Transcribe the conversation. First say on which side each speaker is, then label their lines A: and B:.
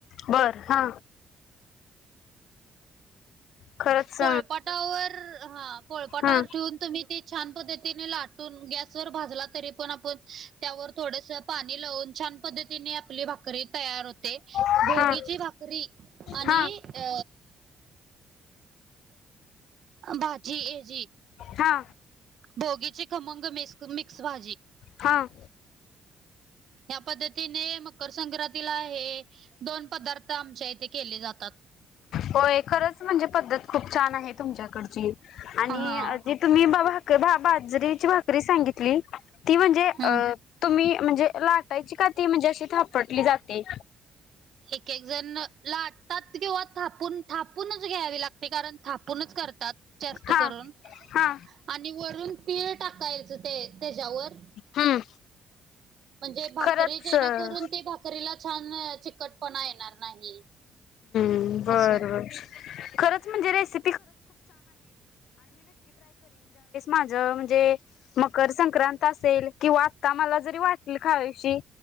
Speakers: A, on the left; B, on the right.
A: बर हा. खरंच
B: पोळपाटावर हा पोळपाटावर
A: हा
B: ठेवून तुम्ही ते छान पद्धतीने लाटून गॅस वर भाजला तरी पण त्यावर थोड पाणी लावुन छान छान पद्धती आपली भाकरी तयार होते,
A: हा
B: भोगीची भाकरी. आणि
A: हा
B: अ भाजी ह्याजी
A: हा.
B: भोगीची खमंग मक मिक्स भाजी.
A: हां.
B: ह्या पद्धतीने मकर संक्रांतीला हे दोन पदार्थ आमच्या इथे केले जातात.
A: होय खरंच म्हणजे पद्धत खूप छान आहे. तुमच्याकडची आणि
B: हा
A: जे तुम्ही भाकरी बाजरीची भाकरी सांगितली, ती म्हणजे अ
B: हम्म.
A: तुम्ही म्हणजे लाटायची का ती म्हणजे अशी थापटली जाते?
B: एक एक जण लाटतात किंवा थापून थापूनच घ्यावी लागते. कारण थापूनच करतात जास्त
A: हा
B: करून.
A: हा
B: आणि वरून तीळ टाकायचं, ते त्याच्यावर.
A: हम्म
B: म्हणजे भाकरी
A: खरंच
B: जेणेकरून ते भाकरीला छान चिकटपणा येणार नाही.
A: बरं बरं.
B: असं
A: खरंच म्हणजे म्हणजे मकर संक्रांत असेल किंवा आता मला जरी वाटल खावीशी.